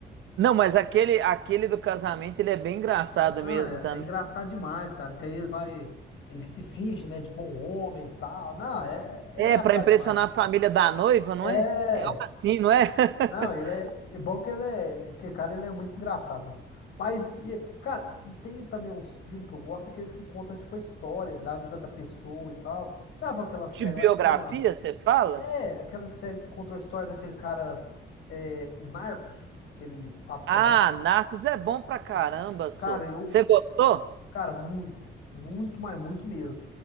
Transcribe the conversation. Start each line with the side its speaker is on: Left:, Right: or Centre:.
Right: Não, mas aquele aquele do casamento, ele é bem engraçado
Left: Não,
Right: mesmo
Left: é,
Right: também.
Left: é engraçado demais, cara, que aí ele vai, ele se finge, né, de bom homem e tal. Não, é, é
Right: É,
Left: engraçado
Right: pra impressionar
Left: demais.
Right: a família da noiva, não
Left: É,
Right: é? É algo
Left: tipo,
Right: assim, não é?
Left: não,
Right: <laughs>
Left: ele é, é bom que ele é, que cara, ele é muito engraçado. uns- Mas, e, cara, e tem também uns filmes que eu gosto, aqueles que contam, tipo, a história da vida da pessoa e tal. Já viu aquela série,
Right: De biografia,
Left: eu acho que chama,
Right: você fala?
Left: é, aquela série que contou a história daquele cara, é, o Narcos, aquele do Pablo Escobar.
Right: Ah, Narcos é bom pra caramba, só.
Left: Cara, eu,
Right: Você gostou?
Left: cara, muito, muito, mas muito mesmo.